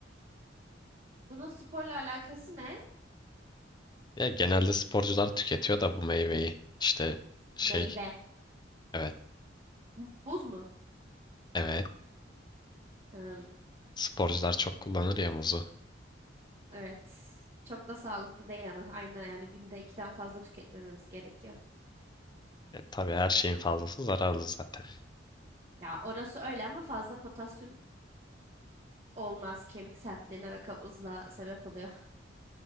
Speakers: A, on the right; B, on the left.
A: Bunun sporla alakası ne?
B: Ya genelde sporcular tüketiyor da bu meyveyi. İşte şey,
A: Meyve.
B: evet,
A: M- Muz mu?
B: evet.
A: Hmm,
B: Sporcular çok kullanır ya muzu.
A: evet. Çok da sağlıklı değil ama aynı yani günde ikiden fazla tüketmememiz gerekiyor.
B: E, tabii her şeyin fazlası zararlı zaten.
A: Ya orası öyle ama fazla potasyum olmaz. Kemik sertliğine ve kabızlığa sebep oluyor.